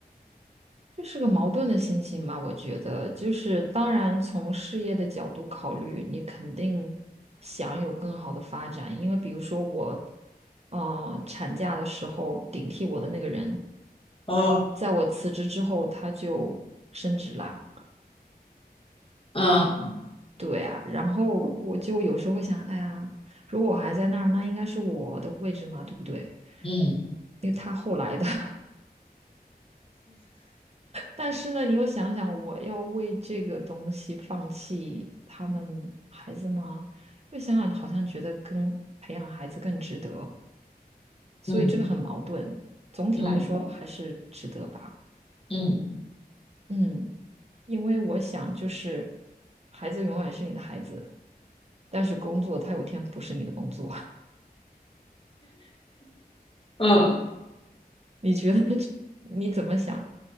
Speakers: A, on the right; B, on the left.
A: 这是个矛盾的心情吧，我觉得，就是当然从事业的角度考虑，你肯定想有更好的发展，因为比如说我，嗯，产假的时候顶替我的那个人，
B: 哦。
A: 在我辞职之后他就升职啦。
B: 嗯
A: 对啊，然后我就有时候会想，哎呀，如果我还在那儿，那应该是我的位置嘛，对不对？
B: 嗯
A: 因为他后来的，<laughs> 但是呢，你又想想，我要为这个东西放弃他们孩子吗？又想想，好像觉得跟培养孩子更值得，所以这个很矛盾。
B: 嗯
A: 总体来说还是值得吧，
B: 嗯嗯
A: 嗯，因为我想就是，孩子永远是你的孩子，但是工作他有一天不是你的工作。
B: 嗯，
A: 你觉得这 <laughs> 你怎么想？